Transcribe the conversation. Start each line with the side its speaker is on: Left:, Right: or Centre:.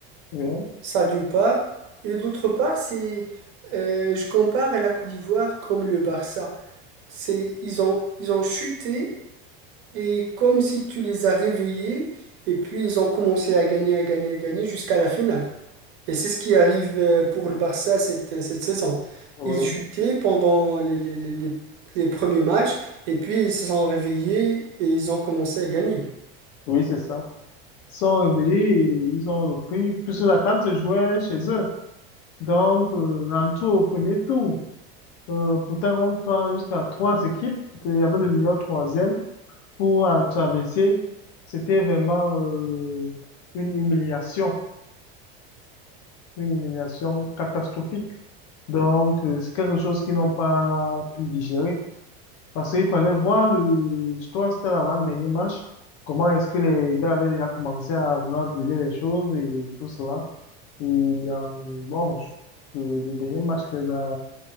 Left: Oui,
Right: ça d'une part, et d'autre part, c'est euh, je compare à la Côte d'Ivoire comme le Barça. C'est, ils ont, ils ont chuté et comme si tu les as réveillés, et puis ils ont commencé à gagner, à gagner, à gagner jusqu'à la finale. Et c'est ce qui arrive euh, pour le Barça cette, euh, cette saison.
Left: oui,
Right: Ils chutaient pendant les, les- les- les- les premiers matchs et puis ils se sont réveillés et ils ont commencé à gagner.
Left: oui, c'est ça. Ils sont réveillés et ils ont repris, puisque la CAN se jouait chez eux. Donc, euh, rentrons au premier tour. Euh, pourtant, on prend jusqu'à trois équipes. Il y avait le meilleur troisième pour euh, traverser. C'était vraiment euh, une humiliation, une humiliation catastrophique. Donc, euh, c'est quelque chose qu'ils n'ont pas pu digérer. Parce qu'il fallait voir le, je crois que c'était l'avant-dernier match, comment est-ce que les gars avaient déjà commencé à vouloir brûler les choses et tout cela. Et euh, bon, je- le, le dernier match les a,